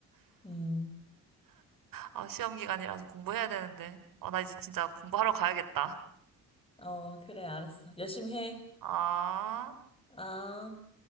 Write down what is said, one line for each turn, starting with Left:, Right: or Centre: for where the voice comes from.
Left: 음.
Right: 아, 시험 기간이라서 공부해야 되는데. 아, 나 이제 진짜 공부하러 가야겠다.
Left: 어, 그래, 알았어. 열심히 해.
Right: 아.
Left: 아.